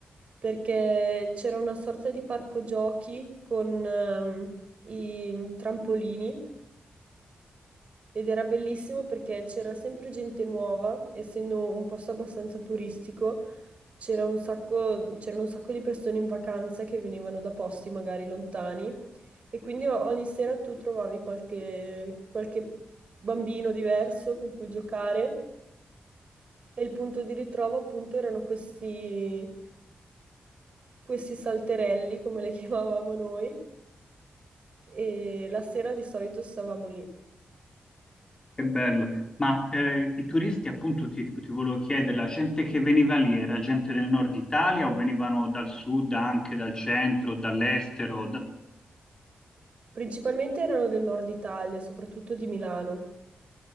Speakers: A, on the right; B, on the left.
A: perché c'era una sorta di parco giochi con ehm, i trampolini ed era bellissimo perché c'era sempre gente nuova, essendo un posto abbastanza turistico, c'era un sacco, c'erano un sacco di persone in vacanza che venivano da posti magari lontani e quindi o- ogni sera tu trovavi qualche, qualche bambino diverso con cui giocare e il punto di ritrovo appunto erano questi, questi salterelli, come le <laughs> chiamavamo noi, e la sera di solito stavamo lì.
B: che bello. Ma eh, i turisti, appunto, ti, ti volevo chiedere, la gente che veniva lì era gente del nord Italia o venivano dal sud, anche dal centro, dall'estero? Da-
A: Principalmente erano del nord Italia, soprattutto di Milano.